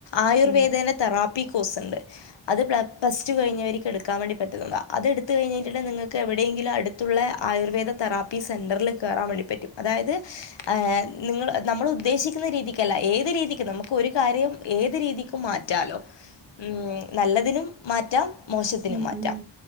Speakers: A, on the left; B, on the right.
A: ആയുർവേദേനെ
B: ഉം
A: തെറാപ്പി കോഴ്സ്ഇണ്ട് അത് പ്ല പ്ലസ് ടു കഴിഞ്ഞവര്ക്ക് ഇട്ക്ക ക്കാം വേണ്ടി പറ്റുന്നതാ അതെട്ത്ത് കഴിഞ്ഞിട്ട്ണ്ടെ നിങ്ങക്ക് എവിടേങ്കിലും അടുത്തുള്ള ആയുർവേദ തെറാപ്പി സെറ്റർല് കെറാൻ വേണ്ടി പറ്റും അതായത് ഏഹ് നിങ്ങള് നമ്മള് ഉദ്ദേശിക്കുന്ന രീതി ക്കല്ല ഏത് രീതിക്ക് നമുക്ക് ഒരു കാര്യം ഏത് രീതിക്കും മാറ്റാലോ ഉം നല്ലതിനും മാറ്റാം മോശത്തിനും
B: ഉം
A: മാറ്റാം
B: ഉം